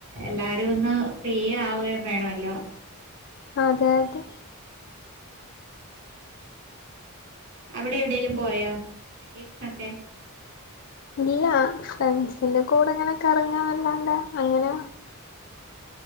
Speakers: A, on the right; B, on the left.
A: എല്ലാരും ഒന്ന് ഫീ ആവുകയും വേണല്ലോ
B: അതെ അതെ
A: അവിടെ എവിടേലും പോയോ വെക്കേഷനൊക്കെ
B: ഇല്ല ഫ്രണ്ട്സിന്റെ കൂടെ ഇങ്ങനെ കറങ്ങാന്നല്ലാണ്ടെ അങ്ങനെ